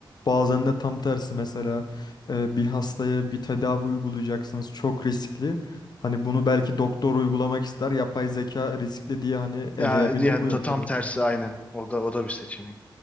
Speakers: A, on the left; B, on the left.
A: Bazen de tam tersi mesela e, bir hastaya bir tedavi uygulayacaksınız çok riskli. Hani bunu belki doktor uygulamak ister yapay zeka riskli diye hani eleyebilir
B: Ya, yani
A: bu yöntemi.
B: ta- tam tersi aynen. O da o da bir seçenek.